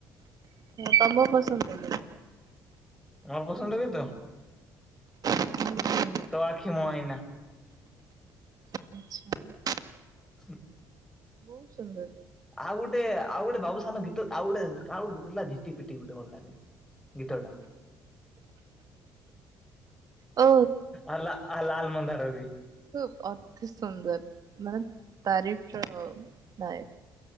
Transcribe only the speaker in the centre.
ମୋ ପସନ୍ଦ ଗୀତ?
ତୋ ଆଖି ମୋ ଆଇନା।
ହୁଁ।
ଆଉ ଗୋଟେ ଆଉ ଗୋଟେ ବାବୁସାନ ଗୀତ ଆଉ ଗୋଟେ ଆଉ ଗୋଟ ଗୀତ ଥିଲା ଝିଟିପିଟି ଗୋଟେ ଭଲଲାଗେ। ଗୀତଟା।
ଆଉ ଲା ଆ ଲାଲ ମନ୍ଦାର ବି।